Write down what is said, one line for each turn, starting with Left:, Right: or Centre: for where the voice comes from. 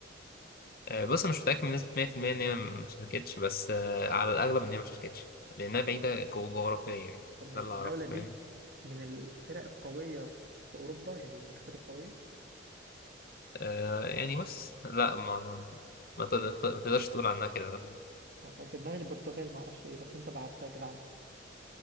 Left: آه بص أنا مش متأكد بنسبة 100% إن هي ما شاركتش بس آه على الأغلب إن هي ما شاركتش لأنها بعيدة جو- جغرافيا يعني
Right: طب ماشي
Left: ده اللي
Right: الدولة
Left: أعرفه
Right: دي
Left: فاهم
Right: من الفرق القوية في أوروبا يعني من المنتخبات القوية
Left: آه يعني بس لا ما ما تقدر- ما تقدرش تقول عنها كده لا
Right: أنا كان في دماغي البرتغال ما اعرفش ليه بس أنت بعتها كده عني